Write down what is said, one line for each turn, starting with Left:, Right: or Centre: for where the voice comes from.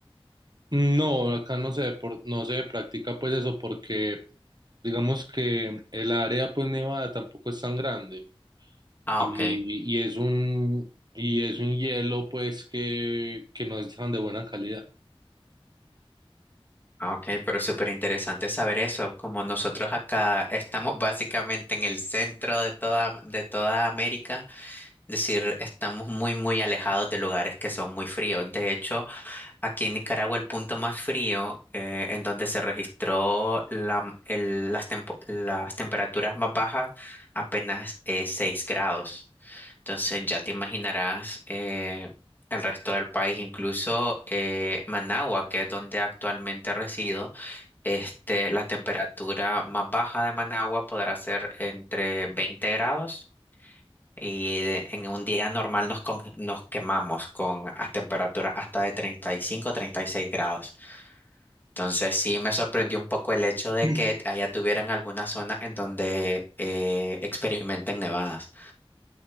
Right: No, acá no se, por- no se practica pues eso porque digamos que el área pues nevada tampoco es tan grande
Left: Ah,
Right: y,
Left: ok.
Right: y es un, y es un hielo pues que, que no es tan de buena calidad.
Left: Ah, ok, pero súper interesante saber eso, como nosotros acá estamos <laughs> básicamente en el centro de toda, de toda América, es decir, estamos muy, muy alejados de lugares que son muy fríos. De hecho, Aquí en Nicaragua el punto más frío eh, en donde se registró la- el- las, tempo- las temperaturas más bajas apenas es 6 grados. Entonces ya te imaginarás eh, el resto del país, incluso eh, Managua, que es donde actualmente resido, este, la temperatura más baja de Managua podrá ser entre 20 grados y de- en un día normal nos, con- nos quemamos con a temperatura hasta de treinta treinta y cinco treinta y seis grados. Entonces sí me sorprendió un poco el hecho de
Right: <clears throat>
Left: que allá tuvieran alguna zona en donde eh, experimenten nevadas.